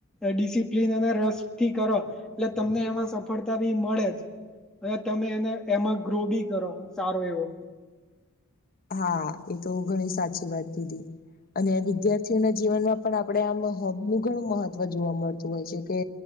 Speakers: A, in the centre; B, on the left (about 40°).
A: ડિસિપ્લન અને રસ થી કરો એટલે તમને એમાં સફ ળતા બી મળે જ અને તમે એને એમાં ગ્રો બી કરો સારો એવો
B: હા એ તો ઘણી સાચી વાત કીધી અને વિદ્યાર્થીઓના જીવનમાં પણ આપણે આમ હોબનું ઘણું મહત્વ જોવા મળતું હોય છે કે